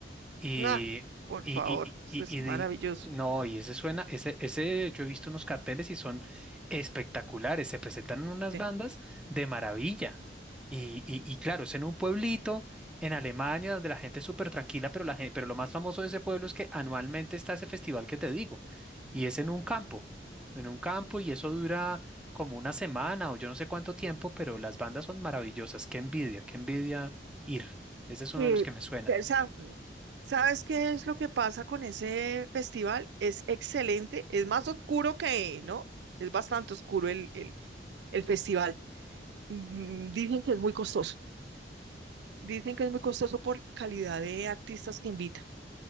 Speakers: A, in the centre; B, on the right.
A: Y,
B: Nah, por
A: y,
B: favor,
A: y,
B: eso
A: y-
B: es maravilloso.
A: y di- no, y ese suena, ese, ese, yo he visto unos carteles y son espectaculares, se presentan en unas
B: Sí.
A: bandas de maravilla. Y, y, y claro, es en un pueblito en Alemania donde la gente es súper tranquila, pero, la, gen- pero lo más famoso de ese pueblo es que anualmente está ese festival que te digo, y es en un campo, en un campo, y eso dura como una semana o yo no sé cuánto tiempo, pero las bandas son maravillosas, qué envidia, qué envidia ir. Ese es uno
B: Y,
A: de los que me suena.
B: pero, sa- ¿sabes qué es lo que pasa con ese festival? Es excelente, es más oscuro que, ¿no? Es bastante oscuro el, el, el festival. Mm, Dicen que es muy costoso, dicen que es muy costoso por la calidad de artistas que invitan,